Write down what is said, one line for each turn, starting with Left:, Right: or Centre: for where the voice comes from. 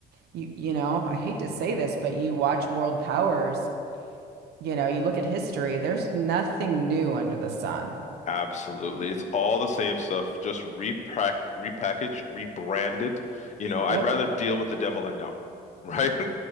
Right: you you know, I hate to say this, but you watch world powers, you know, you look at history, there's nothing new under the sun.
Left: Absolutely. It's all the same stuff, just repack repackaged, rebranded. You know, I'd
Right: Yep.
Left: rather deal with the devil I know, right?